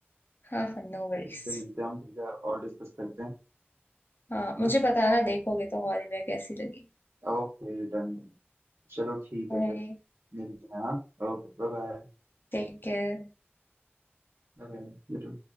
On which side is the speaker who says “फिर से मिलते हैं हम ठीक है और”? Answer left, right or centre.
Right